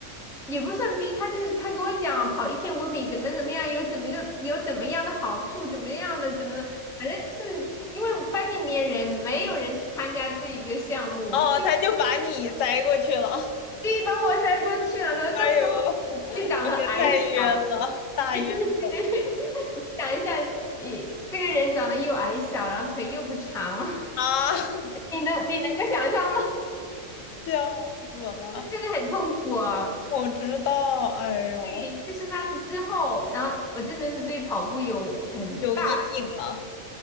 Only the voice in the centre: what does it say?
也不算逼他，就是他跟我讲跑一千五米怎么怎么样，有怎么样有怎么样的好处，怎么样的怎么的，反正就是因为班里面人没有人去参加这一个项目，
就
所以把我塞过去了呢。那到时候就长得矮小，
<laughs> 对对对，想一下，你这个人长得又矮小，然后腿又不长，<laughs>
你能你能够想象吗？
就真的很痛苦啊。
对，就是那次之后，然后我真的是对跑步有很大。